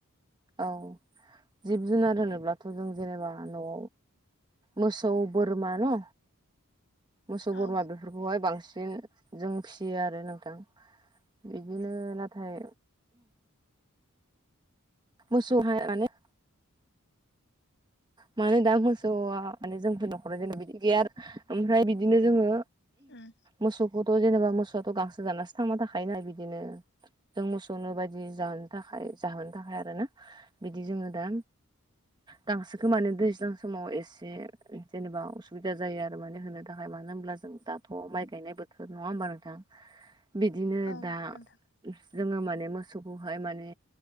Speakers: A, on the right; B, on the left.
A: औ जिब जुनार होनोब्लाथ' जों जेनेबा न'आव। मोसौ बोरमा न मोसौ
B: औ
A: बोरमा बेफोरखौहाय बांसिन। बि जों फिसियो आरो नोंथां। बिदिनो नाथाय मोसौहाय <unintelligible> माने दा मोसौआ माने जोंफोरनि न'खराव जेन' बिदि गैया ओमफ्राय बिदिनो जोङो
B: उम
A: मोसौखौ अ जेनेबा मोसौआथ' गांसो जानासो थांना थाखायो ना बिदिनो जों मोसौनो बायदि जानो थाखाय। जाहोनो थाखाय आरोना बिदि जोङो दा गांसो गोमानो दैज्लां समाव एसे जेनेबा उसुबिदा जायो आरो माने होनो थाखाय मानो होनब्ला जों दाब थ' माइ गायनाय बोथोर नङा होमबा नोंथां बिदिनो
B: औ
A: दा
B: नोंथां
A: जोङो माने मोसौखौहाय माने